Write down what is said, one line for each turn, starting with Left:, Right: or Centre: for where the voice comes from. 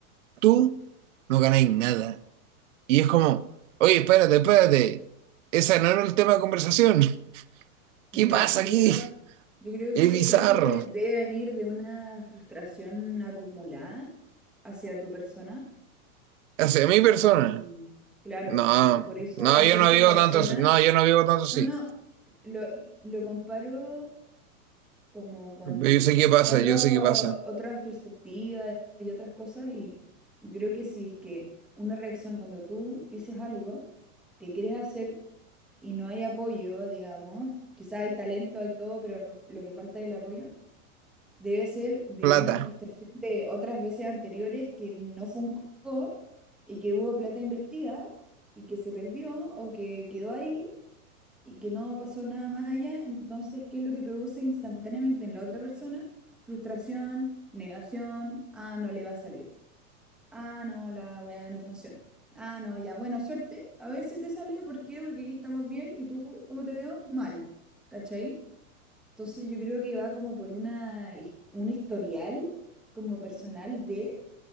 Right: tú no ganáis nada. Y es como, oye, espérate, espérate, ese no era el tema de conversación. <laughs> ¿Qué
Centre: mira,
Right: pasa
Centre: yo
Right: aquí?
Centre: creo, yo creo
Right: Es
Centre: que
Right: bizarro.
Centre: eso de- debe venir de una frustración acumulada hacia tu persona.
Right: Hacia mi
Centre: Y
Right: persona.
Centre: claro,
Right: No,
Centre: como por eso
Right: no,
Centre: la
Right: yo
Centre: gente
Right: no vivo
Centre: reacciona.
Right: tanto así. No, yo no vivo tanto
Centre: No,
Right: así.
Centre: no, lo, lo comparo como con
Right: Pero Yo sé qué pasa,
Centre: otros
Right: yo sé qué pasa.
Centre: otras perspectivas y otras cosas. Y yo creo que si es que una reacción cuando tú dices algo que quieres hacer y no hay apoyo, digamos, quizás hay talento, hay todo, pero lo que falta es el apoyo, debe ser de
Right: Plata,
Centre: una frustración de otras veces anteriores que no funcó y que hubo plata invertida y que se perdió o que quedó ahí y que no pasó nada más allá. Entonces, ¿qué es lo que produce instantáneamente en la otra persona? Frustración, negación, ah, no le va a salir. Ah, no, la weá no funciona. Ah, no, ya. Bueno, suerte. A ver si te sale. ¿Por qué? Porque aquí estamos bien y tú, ¿cómo te veo? Mal. ¿Cachai? Entonces yo creo que va como por una, his- un historial como personal de